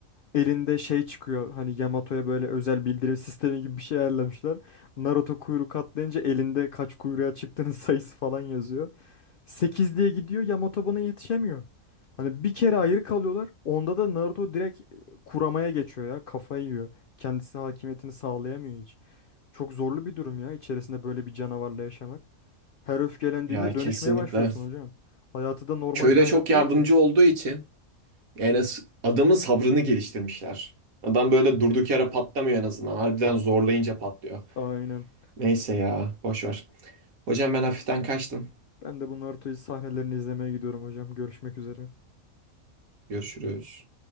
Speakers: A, on the left; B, on the right.
A: Elinde şey çıkıyor hani Yamato'ya böyle özel bildirim sistemi gibi bir şey ayarlamışlar. Naruto kuyruk atlayınca elinde kaç kuyruğa çıktığının <laughs> sayısı falan yazıyor. 8 diye gidiyor Yamato buna yetişemiyor. Hani bir kere ayrı kalıyorlar. Onda da Naruto direkt kuramaya geçiyor ya. Kafayı yiyor. Kendisi hakimiyetini sağlayamıyor hiç. Çok zorlu bir durum ya içerisinde böyle bir canavarla yaşamak. Her öfkelendiğinde
B: Ya
A: dönüşmeye
B: kesinlikle.
A: başlıyorsun hocam. Hayatı da normal
B: Köyde
A: bir hayat
B: çok yardımcı
A: değil ki.
B: olduğu için yani s- adamın sabrını geliştirmişler. Adam böyle durduk yere patlamıyor en azından. Harbiden zorlayınca patlıyor.
A: Aynen.
B: Neyse ya boş ver. Hocam ben hafiften kaçtım.
A: Ben de bu Naruto'yu sahnelerini izlemeye gidiyorum hocam. Görüşmek üzere.
B: Görüşürüz.